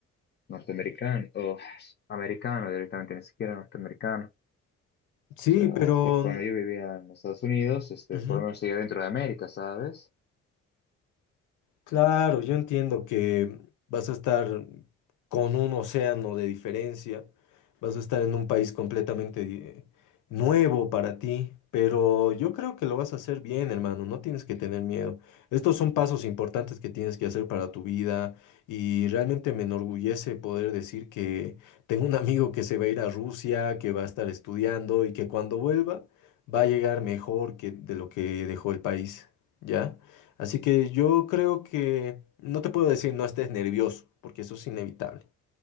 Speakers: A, on the left; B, on the left.
A: norteamericano o americano directamente, ni siquiera norteamericano.
B: Sí,
A: O sea,
B: pero...
A: porque cuando yo vivía en Estados Unidos, este,
B: ujú.
A: por lo menos seguía dentro de América, ¿sabes?
B: Claro, yo entiendo que vas a estar con un océano de diferencia, vas a estar en un país completamente di- nuevo para ti, pero yo creo que lo vas a hacer bien, hermano, no tienes que tener miedo. Estos son pasos importantes que tienes que hacer para tu vida y realmente me enorgullece poder decir que tengo un amigo que se va a ir a Rusia, que va a estar estudiando y que cuando vuelva va a llegar mejor que de lo que dejó el país, ¿ya? Así que yo creo que no te puedo decir no estés nervioso, porque eso es inevitable.